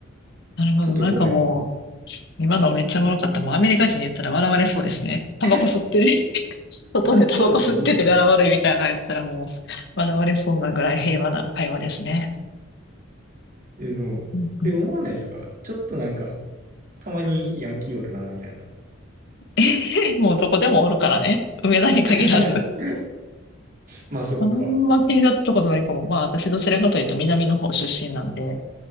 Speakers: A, on the left; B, on the right.
A: なるほど。
B: ちょっと怖いかも。
A: なんかもう、今のめっちゃおもろかった。もうアメリカ人言ったら笑われそうですね。
B: <laughs>
A: タバコ吸ってね、<laughs> 外でタバコ吸ってて柄悪いみたいなの言ったらもう、
B: いや、そうじゃないですね。
A: 笑われそうなぐらい平和な会話ですね。
B: え、でも、
A: うんうん
B: え、思わないですかちょっとなんか、たまにヤンキーおるな、みたいな。
A: <laughs> もうどこでもおるからね。上田に限らず。
B: <laughs> まあそっか。
A: あんま気になったことないかも。まあ私どちらかというと南の方出身なんで、